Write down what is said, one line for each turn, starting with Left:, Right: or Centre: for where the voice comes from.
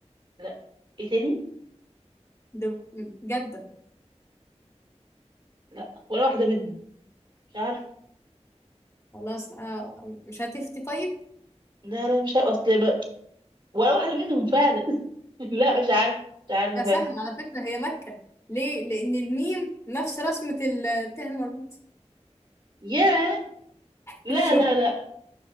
Right: لا ايه تاني
Left: دب... مم. جدة
Right: لا ولا واحدة منهم مش عارف
Left: خلاص آه. مش هتفتي طيب
Right: لا لا مش عارف اصل بقى- ولا واحدة منهم فعلا <laughs> لا مش عارف مش عارفة
Left: يا سهل على فكرة هي مكة ليه؟ لأن الميم نفس رسمة ال- الته المربوط
Right: ياه
Left: <laughs>
Right: لا
Left: شوف
Right: لا لا